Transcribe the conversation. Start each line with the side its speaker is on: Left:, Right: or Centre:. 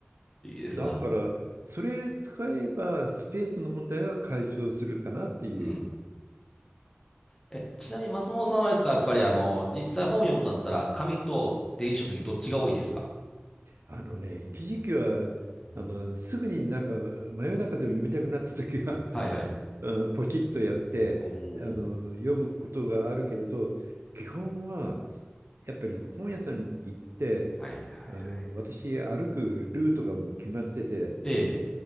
Left: いいですな。
Right: だから、それ使えばスペースの問題は解消するかなっていう
Left: うん。え、ちなみに松本さんはあれですか、やっぱりあの、実際本を読むとなったら、紙と電子書籍どっちが多いですか
Right: あのね、一時期はあのすぐになんか真夜中でも読みたくなった時は <laughs>
Left: はいはい。
Right: あポチッとやってあの読むことがあるけれど基本は
Left: おお
Right: やっぱり本屋さんに行ってあの私歩くルートがもう決まってて
Left: はいはいはい。ええ。